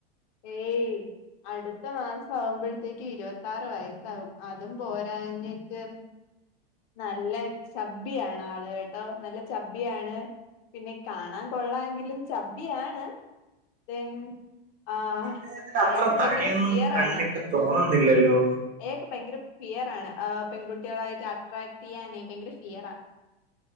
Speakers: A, on the left (about 55°); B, on the right (about 30°).
A: ഏയ് അടുത്ത മാസം ആവുമ്പഴത്തേക്ക് ഇരുവത്താറ് വയസ്സാവും അതും പോരാഞ്ഞിട്ട് നല്ല ചബ്ബിയാണ് ആള് കേട്ടോ നല്ല ചബ്ബിയാണ് പിന്നെ കാണാൻ കൊള്ളാ എങ്കിലും ചബ്ബിയാണ് ദെൻ ആഹ്
B: അദ്ദേഹത്തിന്
A: അയാക്ക്
B: അത്ര
A: പയ്ങ്കര
B: തടിയൊന്നും
A: ഫിയറാണ്
B: കണ്ടിട്ട് തോന്നുന്നില്ലല്ലോ
A: അയാക്ക് പയ്ങ്കര ഫിയറാണ് ആ പെൺകുട്ടികളായിട്ട് അട്രാക്ട്യ്യാനേ ഭയങ്കര ഫിയറാ